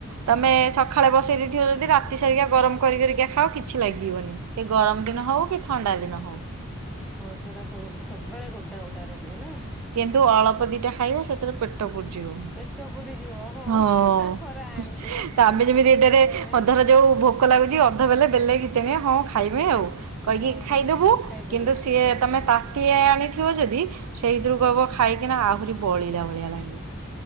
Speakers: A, in the centre; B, on the right (about 90°).
A: ହୁଁ
B: ତମେ ସଖାଳେ ବସେଇ ଥିବ ଯଦି ରାତି ସାରିକା ଗରମ କରି କରିକି ଖାଅ କିଛି ଲାଗିବନି ସେ ଗରମ ଦିନ ହଉ କି ଥଣ୍ଡା ଦିନ ହଉ।
A: ହଁ ସେଟା ସବୁ ସବୁବେଳେ ଗୋଟା ଗୋଟା ରହିବ ନା?
B: କିନ୍ତୁ ଅଳପଦି ଟା ଖାଇବ ସେଥିରେ ପେଟ ପୁ ଯିବ
A: ପେଟ ପୁରିଯିବ ହଁ
B: ହଁ
A: ଆମର ଆଣିଥିଲେ
B: ଆମେ ଯେମିତି
A: ମୁଁ
B: ଏଟାରେ
A: ଯେତେବେଳେ
B: ଅଧର ଯୋଉ ଭୋକ ଲାଗୁଛି ଅଧ ବେଲେ ବେଲେ ଘିତି ଆଣିବେ ହଁ ଖାଇବେ ଆଉ କଇକି
A: ହଁ
B: ଖାଇଦବୁ
A: ଖାଇପାରିବନି
B: କିନ୍ତୁ ସିଏ
A: ହଁ।
B: ତମେ ତା ପୁଅ ଅ ବ ଯଦି ସେଇ ଦୁ ଡବ ଖାଇକିନା ଆହୁରି ବଳିଲା ଭଳିଆ ଲାଗିଲା